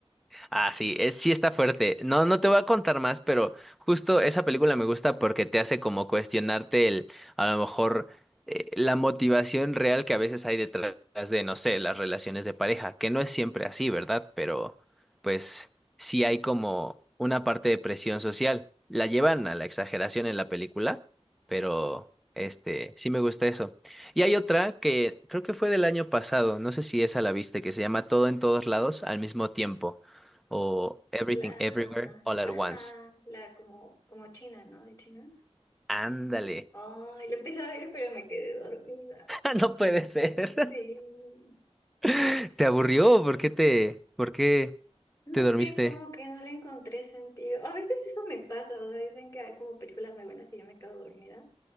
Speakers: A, in the centre; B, on the left.
A: Ah, sí, es, sí está fuerte. No, no te voy a contar más, pero justo esa película me gusta porque te hace como cuestionarte el, a lo mejor, eh, la motivación real que a veces hay detrás de, no sé, las relaciones de pareja, que no es siempre así, ¿verdad? Pero, pues, sí hay como una parte de presión social. La llevan a la exageración en la película, pero, este, sí me gusta eso. Y hay otra que creo que fue del año pasado, no sé si esa la viste, que se llama Todo en todos lados al mismo tiempo o Everything
B: La,
A: Everywhere All at
B: ajá,
A: Once.
B: la como, como china, ¿no? De China.
A: Ándale.
B: Ay, la empecé a ver, pero me quedé dormida.
A: <laughs> No puede ser.
B: Sí.
A: <laughs> ¿Te aburrió? ¿Por qué te, por qué
B: No
A: te dormiste?
B: sé, como que no le encontré sentido. A veces eso me pasa, o sea, dicen que hay como películas muy buenas y yo me quedo dormida.